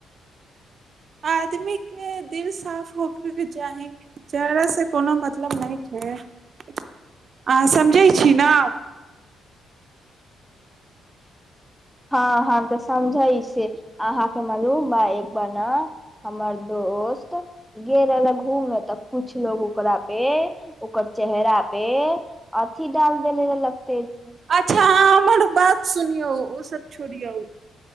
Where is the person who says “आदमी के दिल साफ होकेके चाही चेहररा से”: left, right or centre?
Right